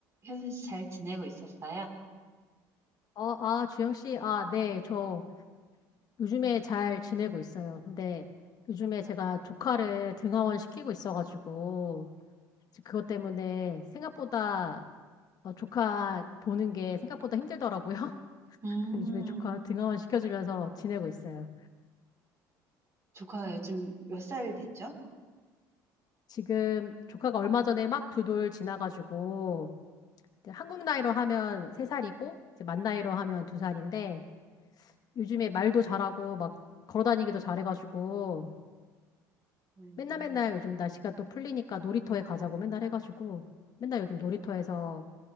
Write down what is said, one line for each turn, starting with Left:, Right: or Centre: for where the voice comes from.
Right: 효선 씨 잘 지내고 있었어요?
Left: 어, 아, 주영 씨, 아, 네, 저 요즘에 잘 지내고 있어요. 근데 요즘에 제가 조카를 등하원 시키고 있어가지고, 이제 그것 때문에 생각보다 어, 조카 보는 게 생각보다 힘들더라고요. <laughs>
Right: 음,
Left: 그 요즘에 조카 등하원 시켜주면서 지내고 있어요.
Right: 조카가 요즘 몇 살 됐죠?
Left: 지금 조카가 얼마 전에 막 두 돌 지나가지고, 이제 한국 나이로 하면 세살이고 이제 만 나이로 하면 두살인데 요즘에 말도 잘하고 막 걸어다니기도 잘해가지고,
Right: 음,
Left: 맨날 맨날 요즘 날씨가 또 풀리니까 놀이터에 가자고 맨날 해가지고 맨날 요즘 놀이터에서